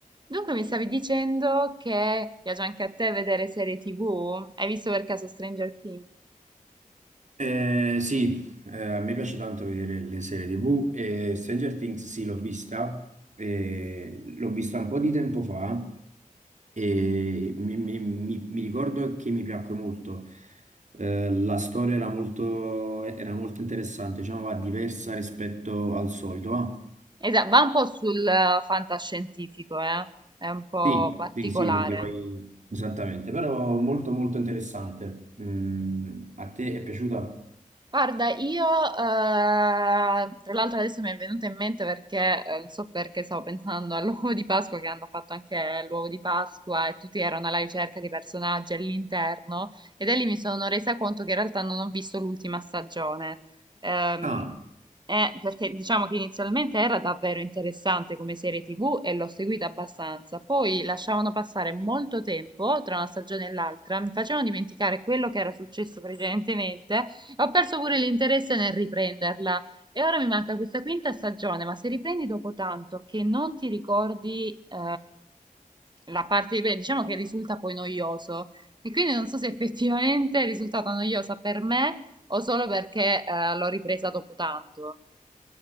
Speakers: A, on the right (about 30°); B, on the right (about 60°).
A: Dunque mi stavi dicendo che piace anche a te vedere serie TV? Hai visto per caso Stranger Things?
B: Eh, sì, eh, a me piace tanto vedere le serie TV e Stranger Things sì, l'ho vista, eh, l'ho vista un po' di tempo fa e mi, mi- mi- mi ricordo che mi piacque molto. Eh, la storia era molto, era molto interessante, diciamo, va diversa rispetto al solito, va?
A: Esatto, va un po' sul eh, fantascientifico, eh? È un po'
B: Sì,
A: particolare.
B: sì, sì, perché poi esattamente, però molto molto interessante. Mm, a te è piaciuta?
A: Guarda, io, eh, tra l'altro adesso mi è venuta in mente perché, eh, non so perché stavo pensando all'uovo di Pasqua che hanno fatto anche l'uovo di Pasqua e tutti erano alla ricerca di personaggi all'interno e da lì mi sono resa conto che in realtà non ho visto l'ultima stagione. Ehm,
B: Ah.
A: eh, perché diciamo che inizialmente era davvero interessante come serie TV e l'ho seguita abbastanza, poi lasciavano passare molto tempo tra una stagione e l'altra, mi facevano dimenticare quello che era successo precedentemente ho perso pure l'interesse nel riprenderla e ora mi manca questa quinta stagione, ma se riprendi dopo tanto che non ti ricordi eh, la parte di prima, diciamo che risulta poi noioso e quindi non so se effettivamente è risultata noiosa per me o solo perché eh, l'ho ripresa dopo tanto.